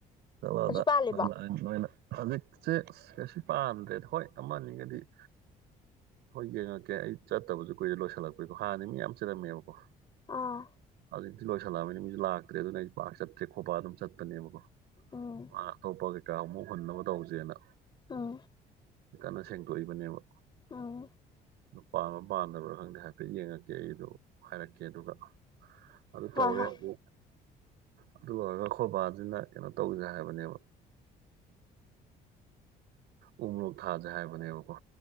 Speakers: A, on the right (about 80°); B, on the left (about 25°).
A: ꯆꯕꯗꯣꯏ
B: ꯍꯧꯖꯤꯛ ꯄꯥꯜꯂꯤꯕꯣ
A: ꯍꯧꯖꯤꯛꯁꯦ ꯀꯩꯁꯨ ꯄꯥꯟꯗ꯭ꯔꯦꯗ ꯍꯣꯏ ꯑꯃꯅꯤ ꯑꯒꯗꯤo ꯍꯣꯏ ꯌꯦꯡꯉꯛꯀꯦ ꯑꯩ ꯆꯠꯇꯕꯁꯨ ꯀꯨꯏꯔ ꯂꯣꯏꯁꯤꯜꯂꯛꯄꯩꯀꯣ ꯍꯥꯟꯅꯗꯤ ꯃꯤ ꯌꯥꯝ ꯆꯜꯂꯝꯝꯃꯦꯕꯀꯣ
B: ꯑꯥ
A: ꯑꯗꯨꯗꯤ ꯂꯣꯏꯁꯜꯂꯝꯕꯅꯤ ꯃꯤꯁꯨ ꯂꯥꯛꯇ꯭ꯔꯦ ꯑꯗꯨꯅ ꯑꯩꯁꯨ ꯄꯥꯛ ꯆꯠꯇ꯭ꯔꯦ ꯈꯣꯄ ꯑꯗꯨꯝ ꯆꯠꯄꯅꯦꯕꯀꯣ
B: ꯎꯝ
A: ꯃꯥ ꯑꯇꯣꯞꯄ ꯀꯩꯀꯥ ꯑꯃꯨꯛ ꯍꯨꯟꯅꯕ ꯇꯧꯁꯦꯅ
B: ꯎꯝ
A: ꯀꯟꯅ ꯁꯦꯡꯗꯣꯛꯏꯕꯅꯦꯕ
B: ꯎꯝ
A: ꯅꯨꯄꯥ ꯑꯃ ꯃꯥꯟꯗꯕ꯭ꯔꯥ ꯈꯪꯗꯦ ꯍꯥꯏꯐꯦꯠ ꯌꯦꯡꯉꯛꯀꯦ ꯑꯩꯗ ꯍꯥꯏꯔꯛꯀꯦ ꯑꯗꯨꯒ
B: <inaudible>
A: ꯑꯗꯨ ꯇꯧꯔꯦ
B: ꯍꯣꯏ
A: ꯑꯗꯨ ꯑꯗꯨ ꯂꯣꯏꯔꯒ ꯐꯣꯕꯥꯁꯤꯅ ꯀꯩꯅꯣ ꯇꯧꯁꯦ ꯍꯥꯏꯕꯅꯦꯕ ꯎꯃꯔꯣꯛ ꯊꯥꯁꯦ ꯍꯥꯏꯕꯅꯦꯕꯀꯣ